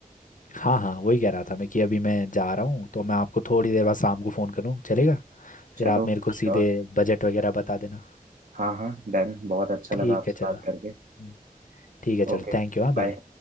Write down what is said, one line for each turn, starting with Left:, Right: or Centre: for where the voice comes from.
Left: हाँ हाँ वही कह रहा था मैं कि अभी मैं जा रहा हूँ तो मैं आपको थोड़ी देर बाद शाम को फ़ोन करूँ चलेगा
Right: चलो
Left: फिर आप मेरे को सीधे
Right: श्योर
Left: बजट वगैरह बता देना
Right: हाँ हाँ डन बहुत अच्छा
Left: ठीक
Right: लगा आपसे
Left: है चलो
Right: बात
Left: हम्म,
Right: करके
Left: ठीक है चलो
Right: Okay
Left: Thank you हाँ बाय
Right: bye